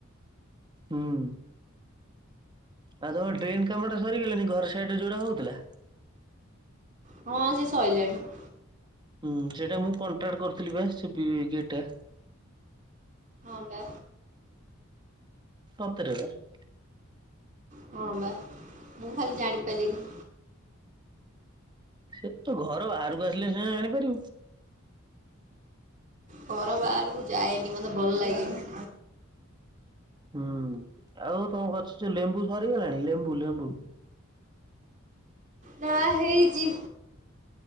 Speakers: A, on the right (about 20°); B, on the right (about 35°).
A: ହୁଁ ଆଉ ତମର ଡ୍ରେନ କାମ ଟା ସରିଗଲାଣି ଘର ସାଇଡ ରେ ଯୋଉଟା ହଉଥିଲା।
B: ହଁ ସେ ସଇଲାଣି।
A: ହୁଁ ସେଇଟା ମୁଁ କଣ୍ଟ୍ରାକ୍ଟ କରିଥିଲି ବା ସେ ପି ଗେଟ ଟା।
B: ହଁ ବା
A: <unintelligible>
B: ହଁ ବା ମୁଁ ଖାଲି ଜାଣିପାରିଲିନି।
A: ସେ ତ ଘର ବାହାରକୁ ଆସିଲେ ସିନା ଜାଣିପାରିବୁ।
B: ଘର ବାହାରକୁ ଯାଏନି ମତେ ଭଲ ଲାଗେନି।
A: ହୁଁ ଆଉ ତମ ଗଛରୁ ଯୋଉ ଲେମ୍ବୁ ସରିଗଲାଣି ଲେମ୍ବୁ ଲେମ୍ବୁ।
B: ନା ହେଇଛି।